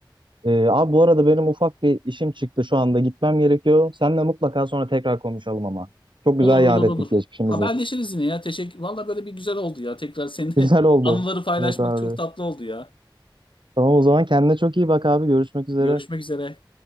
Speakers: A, on the right (about 70°); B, on the left (about 80°).
A: Ee, abi bu arada benim ufak bir işim çıktı şu anda. Gitmem gerekiyor. Seninle mutlaka sonra tekrar konuşalım ama. Çok
B: Olur
A: güzel
B: olur
A: yad ettik
B: olur.
A: geçmişimizi.
B: Haberleşiriz yine ya. Teşekkür. Valla böyle bir güzel oldu ya. Tekrar seninle
A: Güzel oldu.
B: <laughs> anıları paylaşmak
A: Evet abi.
B: çok tatlı oldu ya.
A: Tamam o zaman kendine çok iyi bak abi. Görüşmek üzere.
B: Görüşmek üzere.